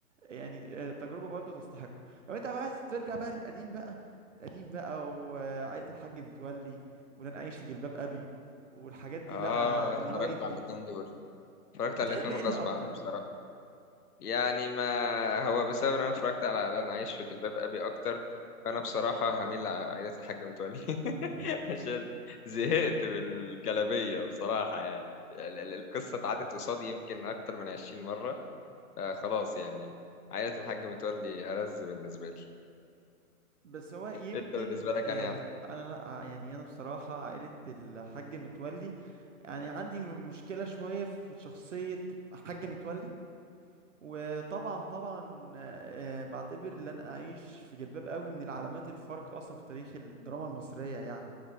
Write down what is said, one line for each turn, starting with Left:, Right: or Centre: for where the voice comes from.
Right: يعني آه، تجربة برضو تستحق لو انت بقى عايز ترجع بقى للقديم بقى القديم بقى وعائلة الحاج متولي ولن أعيش في جلباب أبي والحاجات دي
Left: اه
Right: بقى
Left: اتفرجت
Right: اللايت دي
Left: على الاتنين دول اتفرجت
Right: بتحب
Left: على الاتنين
Right: انهي
Left: غصب
Right: أكتر
Left: عني بصراحة يعني ما هو بسبب ان انا اتفرجت على لن عايش في جلباب ابي اكتر فانا بصراحة هميل لعائلة الحاج متولي <laughs>
Right: <laughs>
Left: عشان زهقت بالجلابية بصراحة يعني ال- ال- القصة اتعدت قصادي يمكن اكتر من عشرين مرة فخلاص يعني عائلة الحاج متولي ألذ بالنسبة لي
Right: بس هو يمكن
Left: انت بالنسبة لك
Right: آه،
Left: يعني
Right: أنا لأ، يعني أنا بصراحة عائلة الحاج متولي يعني عندي م- مشكلة شوية في شخصية حاج متولي وطبعا طبعا آه، آه، بعتبر ان انا اعيش في جلباب قوي من العلامات الفارقه اصلا في تاريخ الدراما المصريه يعني